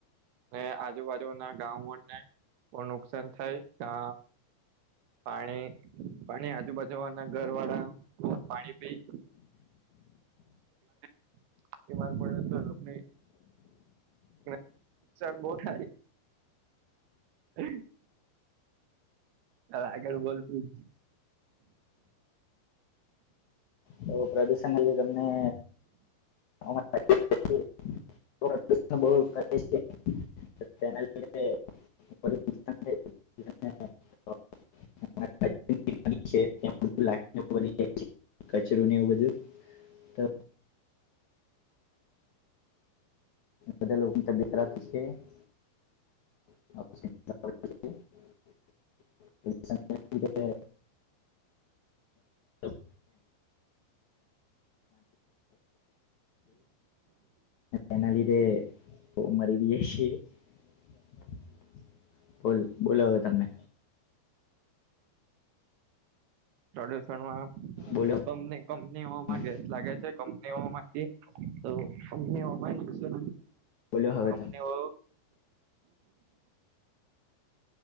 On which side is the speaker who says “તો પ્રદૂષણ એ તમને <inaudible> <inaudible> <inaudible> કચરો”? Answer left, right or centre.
Left